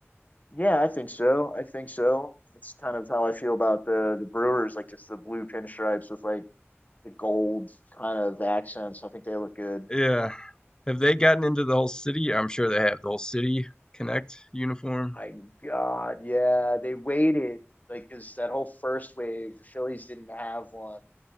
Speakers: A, on the left; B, on the left.
A: Yeah, I think so. I think so. It's kind of how I feel about the the Brewers, like just the blue pinstripes with like the gold kind of accents. I think they look good.
B: Yeah. Have they gotten into the whole city? I'm sure they have the whole city Connect uniform.
A: My God, yeah, they waited like because that whole first wave, the Phillies didn't have one,